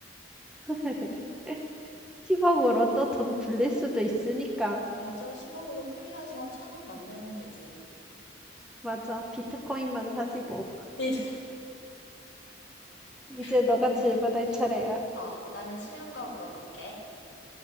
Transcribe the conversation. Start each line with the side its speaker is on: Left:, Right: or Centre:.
Centre: <laughs> 10억으로 또 돈 굴릴 수도 있으니까.
Left: 맞아, 10억으로 풀려서 1000억 만들면 되지.
Centre: 맞아. 비트코인만 사지 뭐.
Left: 밑에, <laughs>
Centre: 이제
Left: 밑에
Centre: 너가 질문할
Left: 거.
Centre: 차례야.
Left: 어, 나는 쉬운 거 물어볼게.